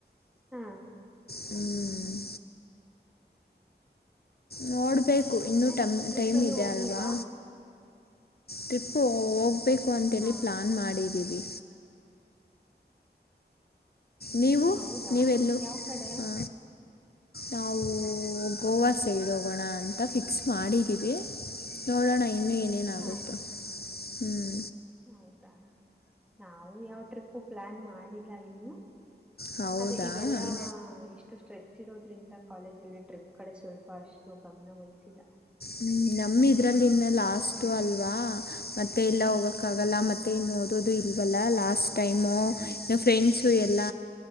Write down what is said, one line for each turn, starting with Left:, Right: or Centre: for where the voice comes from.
Centre: ಹಾ
Left: ಹ್ಮ್ ನೋಡ್ಬೇಕು
Centre: ಮತ್ತೆ
Left: ಇನ್ನೂ ಟಮ್
Centre: ಟ್ರಿಪ್
Left: ಟೈಮ್
Centre: ಅಲ್ಲಿ
Left: ಇದೆ
Centre: ಹೋಗಿಲ್ವಾ
Left: ಅಲ್ವಾ ಟ್ರಿಪ್ಪು ಹೋಗ್ಬೇಕು ಅಂತೇಳಿ
Centre: ಹ
Left: ಪ್ಲಾನ್ ಮಾಡಿದ್ದೀವಿ ನೀವು
Centre: ಹೌದಾ
Left: ನೀವೆಲ್ಲೂ
Centre: ಯಾವ ಕಡೆ
Left: ಹ ನಾವು ಗೋವಾ ಸೈಡ್ ಹೋಗೋಣ ಅಂತ ಫಿಕ್ಸ್ ಮಾಡಿದ್ದೀವಿ ನೋಡೋಣ ಇನ್ನೂ ಇನ್ನೂ ಏನೇನಾಗುತ್ತೊ
Centre: ಹಾ
Left: ಹ್ಮ್
Centre: ಹೌದಾ ನಾವು ಯಾವ ಟ್ರಿಪು ಪ್ಲಾನ್ ಮಾಡಿಲ್ಲ ಇನ್ನು
Left: ಹೌದಾ
Centre: ಅದೇ ಇವೆಲ್ಲಾ ಇಷ್ಟ ಸ್ಟ್ರೆಸ್ ಇರೋದ್ರಿಂದ ಕಾಲೇಜಲ್ಲಿ ಟ್ರಿಪ್ ಕಡೆ ಸ್ವಲ್ಪ ಅಷ್ಟು ಗಮನ ವಹಿಸಿಲ್ಲ
Left: ಹ್ಮ್ ನಮ ಇದ್ರಲ್ಲಿ ಇನ್ನ ಲಾಸ್ಟು ಅಲ್ವಾ ಮತ್ತೆ ಎಲ್ಲಾ
Centre: ಹ್ಮ್
Left: ಹೋಗಕ ಆಗ ಗಲ್ಲ ಮತ್ತೆ ಇನ್ನು ಓದೂದು ಇಲ್ವಲ್ಲ ಲಾಸ್ಟ್ ಟೈಮು ಫ್ರೆಂಡ್ಸು
Centre: ಹ್ಮ್
Left: ಎಲ್ಲ